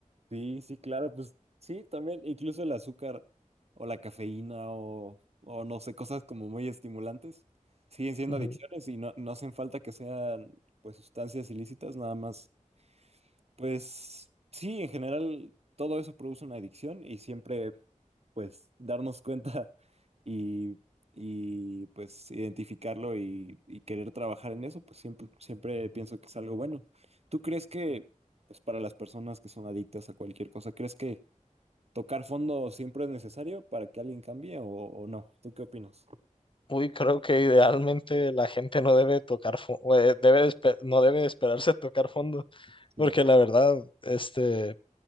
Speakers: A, on the right (about 50°); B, on the left (about 40°).
A: Sí, sí, claro, pues sí, también, incluso el azúcar o la cafeína o, o no sé, cosas como muy estimulantes siguen siendo
B: Ujú.
A: adicciones y no, no hacen falta que sean pues sustancias ilícitas, nada más. Pues sí, en general todo eso produce una adicción y siempre pues darnos cuenta <laughs> y, y pues identificarlo y, y querer trabajar en eso, pues siempre, siempre pienso que es algo bueno. ¿Tú crees que pues para las personas que son adictas a cualquier cosa, crees que tocar fondo siempre es necesario para que alguien cambie o, o no? ¿Tú qué opinas?
B: Uy, creo que idealmente la gente no debe tocar, fo- o, eh, debe de espe- no debe de esperarse tocar fondo,
A: Sí,
B: porque la verdad, este,